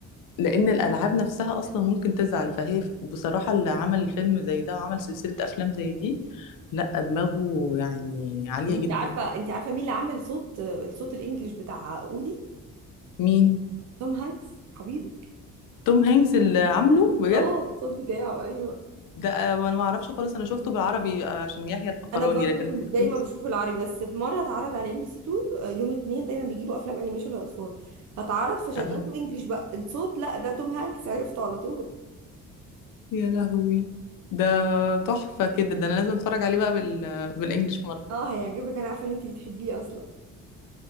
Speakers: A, on the left; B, on the right.
A: لان الالعاب نفسها اصلا ممكن تزعل فهي ف- بصراحه اللي عمل الفيلم زي ده وعمل سلسله افلام زي دي لا دماغه يعني عاليه
B: انت
A: جدا
B: عارفه انت عارفه مين اللي عامل صوت الصوت الانجليش بتاع اودي
A: مين
B: توم هانكس حبيبك
A: توم هانكس اللي عامله بجد
B: اه الصوت بتاعه ايوه
A: ده آه، وانا ما اعرفش خالص انا شفته بالعربي آه، عشان يحيى الفخراني
B: انا برضو
A: لكن
B: كنت
A: ما شفتوش
B: دايما بشوف العربي بس في مره اتعرض على ام بي سي 2 يوم اتنين دايما بيجيبوا افلام انيميشن للاطفال فاتعرض فشغلته
A: اه
B: انجليش بقى الصوت لا ده توم هانكس عرفته على طول
A: يا لهوي ده تحفة كده ده انا لازم اتفرج عليه بقى بال... بالانجلش مرة
B: اه هيعجبك انا عارفه ان انتي بتحبيه اصلا